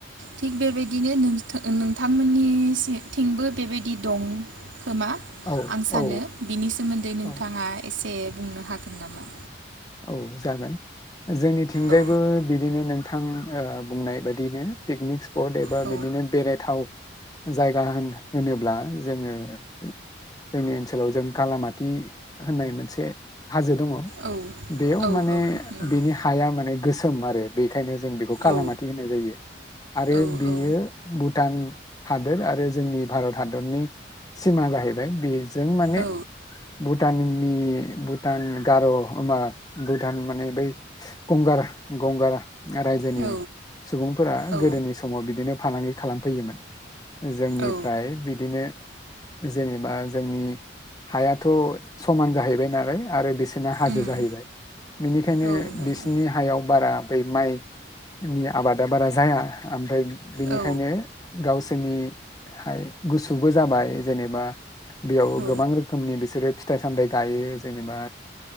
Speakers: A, on the right (about 85°); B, on the left (about 20°).
A: थिग बेबायदिनो नोंथा-नोंथां मोननि थिंबो बेबादि दं खोमा
B: औ
A: आं
B: औ
A: सानो बिनि सोमोन्दै नोंथाङा
B: औ
A: एसे से बुंनो हागोन नामा
B: औ जागोन जोंनिथिंजायबो
A: औ
B: बिदिनो नोंथां ओ बुंनाय बायदिनो पिकनिक <unintelligible> एबा
A: औ
B: बिदिनो बेरायथाव जायगा होन होनोब्ला जोङो <unintelligible> जोंनि ओनसो लाव जों कालामालामाति होननाय मोनसे हाजो दङ'
A: औ
B: इयाव
A: औ
B: माने
A: औ नंगौ
B: बिनि हाया माने गोस सोम आरो बेख खायनो जों बेखौ कालामाति
A: औ
B: होननाय जायो आरो
A: औ
B: बेयो
A: औ
B: बुटान हादोर आरो जोंनि भारत हादरनि सिमा जाहैबाय बे जों माने
A: औ
B: बुटाननि बुटान गार'मा बुटान माने बै गंगार गंगारा आरो जोंनि रायजोनि
A: औ
B: सुबुंफोरा
A: औ
B: गोदोनि समाव बिदिनो फालांगि खालामफैयोमोन जोंनिफ्राय
A: औ
B: बिदिनो जेनेबा जोंनि हायाथ' समान जाहैबाय नालाय आरो बिस ना हाजो
A: उम
B: जाहैबाय बेनिखायनो
A: औ नंगौ
B: बिसिनि हायाव बारा बै माइ नि आबादा बारा जाया आमफ्राय बिनिखायनो
A: औ
B: गावसो सोरनि हाय गुसुबो जाबाय जेनेबा बेयाव
A: औ
B: गोबां रोखोमनि बिसोरो फिथाइ सामथाइ गायो जेनेबा